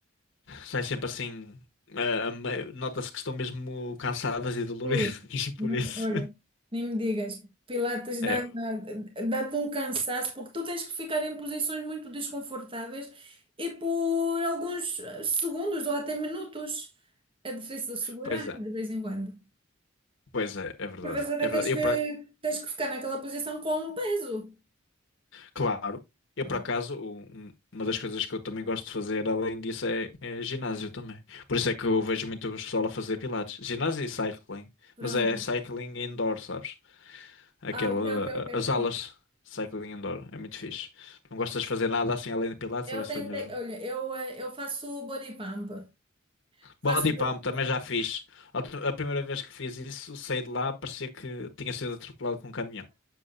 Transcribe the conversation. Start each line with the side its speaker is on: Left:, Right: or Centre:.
Left: saem sempre assim. ah, a meio- nota-se que estão mesmo cansadas e doloridas
Right: Ui,
Left: <laughs>
Right: não,
Left: por isso.
Right: olha, nem me digas. Pilates
Left: É,
Right: dá, dá-te um cansaço, porque tu tens que ficar em posições muito desconfortáveis e por alguns eh, segundos ou até minutos. É difícil segurar
Left: pois é,
Right: de vez em quando.
Left: pois é, é verdade.
Right: Por vezes até
Left: É
Right: tens
Left: verdade.
Right: que,
Left: Eu, pra-
Right: tens que ficar naquela posição com um peso.
Left: claro, eu
Right: Bom,
Left: por acaso, um- um, uma das coisas que eu também gosto de fazer, além disso, é, é ginásio também. Por isso é que eu vejo muito o pessoal a fazer pilates. Ginásio e cycling.
Right: Pronto.
Left: Mas é cycling indoor, sabes? Aquela,
Right: Ah, ok, ok, ok,
Left: as
Right: ok.
Left: aulas de cycling indoor, é muito fixe. Não gostas de fazer nada assim além de pilates,
Right: Eu
Left: ou é só
Right: tentei,
Left: mesmo?
Right: olha, eu, eh, eu faço body pump. Faço.
Left: Body
Right: bo-
Left: pump também já fiz. A, a primeira vez que fiz isso, saí de lá, parecia que tinha sido atropelado por um caminhão.